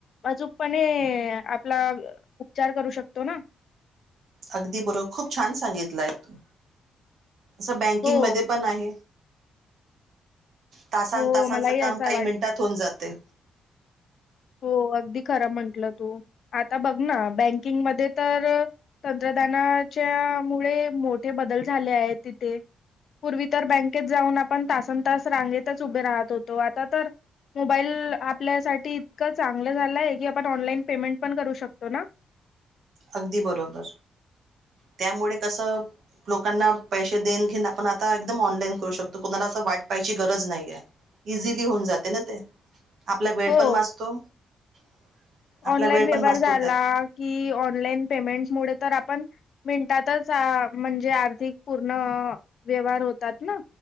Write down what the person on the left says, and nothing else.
अचूकपणे आपला उपचार करू शकतो ना.
हो
हो
मलाही
असा
वाटत
हो अगदी खरं म्हंटलं तू आता बघ ना बँकिंगमध्ये तर तंत्रज्ञानाच्या मुळे मोठे बदल झाले आहेत तिथे पूर्वी तर बँकेत जाऊन आपण तासन तास रांगेतच उभे राहत होतो आता तर मोबाईल आपल्यासाठी इतकं चांगलं झालंय की आपण ऑनलाईन पेमेंट पण करू शकतो ना.
हो
ऑनलाईन
व्यवहार
झाला
की ऑ नलाइन पेमेंट मुळे तर आपण मिनटातच म्हणजे आर्थिक पूर्ण व्यवहार होतात ना.